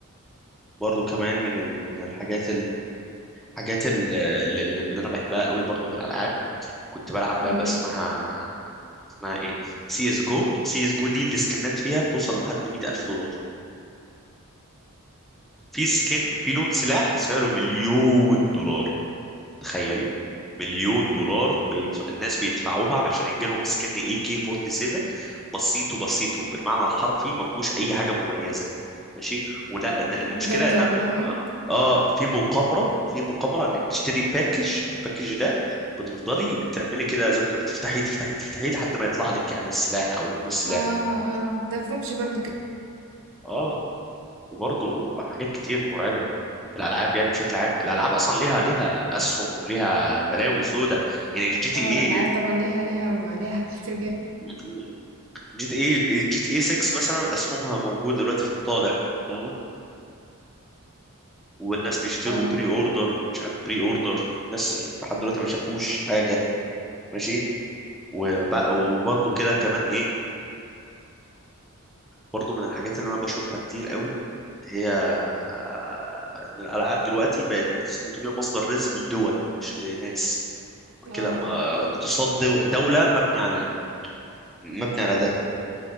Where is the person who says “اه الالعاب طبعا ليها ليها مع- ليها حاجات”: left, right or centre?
Right